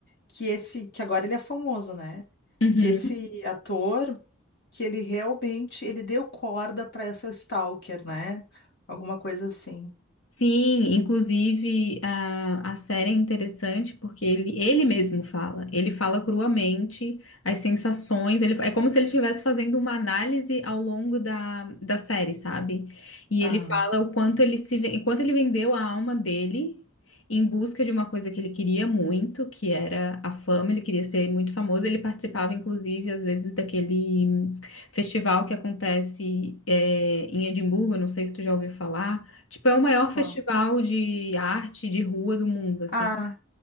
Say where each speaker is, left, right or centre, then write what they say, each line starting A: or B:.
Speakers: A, on the left; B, on the left.
A: que esse, que agora ele é famoso, né?
B: Uhum.
A: Que esse ator. que ele realmente ele deu corda para essa stalker, né? Alguma coisa assim.
B: Sim, inclusive a, a série é interessante porque ele, ele mesmo fala, ele fala cruamente as sensações, ele, é como se ele estivesse fazendo uma análise ao longo da, da série, sabe? E
A: Aham.
B: ele fala o quanto ele se, ven- o quanto ele vendeu a alma dele em busca de uma coisa que ele queria muito, que era a fama, ele queria ser muito famoso, ele participava inclusive às vezes daquele hum, festival que acontece eh, em Edimburgo, não sei se tu já ouviu falar Tipo, é o maior
A: Qual?
B: festival de arte de rua do mundo, assim.
A: Ah,